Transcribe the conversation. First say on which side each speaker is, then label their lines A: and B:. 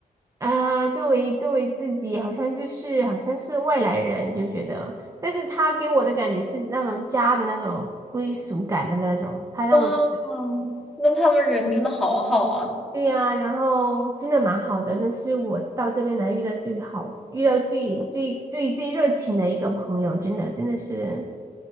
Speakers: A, on the right; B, in the centre.
A: 啊、作为作为自己，好像就是好像是外来人，就觉得。但是他给我的感觉是那种家的那种归属感的那种，他让
B: 哇，那他们人真的好好啊！
A: 对呀，然后真的蛮好的，那是我到这边来遇到最好、遇到最最最最热情的一个朋友，真的真的是。